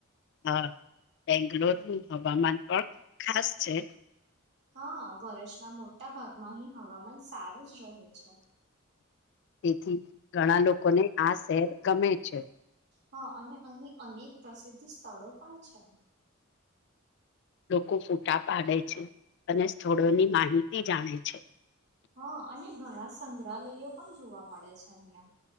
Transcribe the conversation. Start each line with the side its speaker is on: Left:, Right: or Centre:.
Left: હા બેંગ્લોર નું હવામાન પણ ખાસ છે.
Right: હા વરસ ના મોટા ભાગમાં હી હવામાન સારું જ રહે છે.
Left: તેથી ઘણા લોકોને આ શહેર ગમે છે.
Right: હા અને અહીં અનેક પ્રસિદ્ધ સ્થળો પણ છે.
Left: લોકો ફૂટા પાડે છે અને સ્થોડોની માહિતી. જાણે છે
Right: હા અને ઘણા સંગ્રહાલયયો પણ જોવા મળે છે અહિયાં.